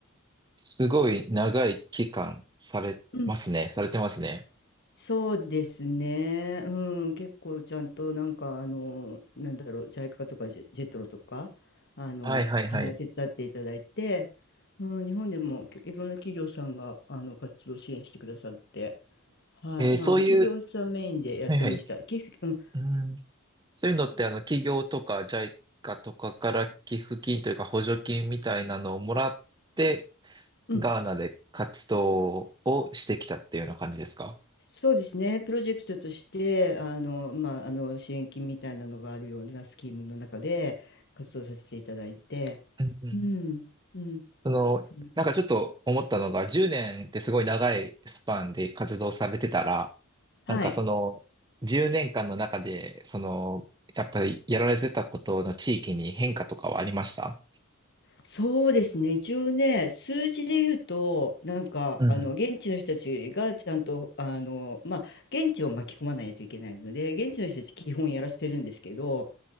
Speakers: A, on the right; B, on the left.
A: すごい長い期間されますね。
B: うん、
A: されてますね。
B: そうですね、うん、結構ちゃんとなんかあのなんだろうジャイカとかジェ、ジェトロとかあの、
A: はいはいはい。
B: はい、手伝っていただいて、うん、日本でもいろんな企業さんがあの活動支援してくださって、はい、
A: えーそういう、
B: まあ、企業さんメインでやってました。
A: はいはい。
B: き、うん、
A: うん、そういうのって、あの、企業とかジャイカとかから寄付金というか補助金みたいなのをもらって、
B: うん、
A: ガーナで活動をしてきたっていうような感じですか
B: そうですね、プロジェクトとして、あの、まあ、あの支援金みたいなのがあるようなスキームの中で活動させていただいて、
A: うんうん
B: うん、うん、
A: その、
B: そんな
A: なんかちょっと思ったのが、10年ってすごい長いスパンで活動されてたら、
B: はい、
A: なんかその、10年間の中で、その、やっぱりやられてたことの地域に変化とかはありました
B: そうですね、一応ね、数字で言うと、なんか、
A: うん。
B: あの、現地の人たちがちゃんと、あの、まあ、現地を巻き込まないといけないので、現地の人たち、基本やらせてるんですけど、